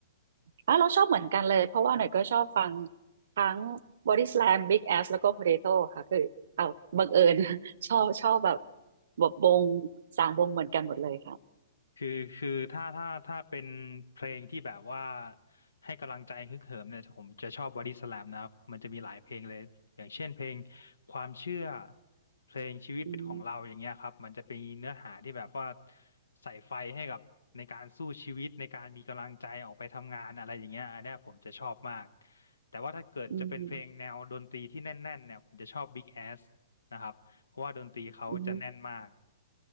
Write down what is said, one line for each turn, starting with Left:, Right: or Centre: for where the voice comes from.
Right: อ่ะเราชอบเหมือนกันเลยเพราะว่าหน่อยก็ชอบฟังทั้ง Body Slam Big Ass แล้วก็ Potato ค่ะคือเอาบังเอิญ <laughs> ชอบชอบแบบแบบวงสามวงเหมือนกันหมดเลยค่ะ
Left: คือคือถ้าถ้าถ้าเป็นเพลงที่แบบว่าให้กำลังใจฮึกเหิมเนี่ยผมจะชอบบอดี้สแลมนะครับมันจะมีหลายเพลงเลยอย่างเช่นเพลงความเชื่อเพลงชีวิตเป็นของเราอย่างเงี้ยครับมันจะเป็นเนื้อหาที่แบบว่า
Right: อืม
Left: ใส่ไฟให้กับในการสู้ชีวิตในการมีกำลังใจออกไปทำงานอะไรอย่างเงี้ยอันเนี้ยผมจะชอบมากแต่ว่าถ้าเกิดจะเป็นเพลงแนวดนตรีที่แน่นๆเนี่ยผมจะชอบ
Right: อืม
Left: Big Ass นะครับเพราะว่าดนตรีเขาจะแน่นมาก
Right: อืม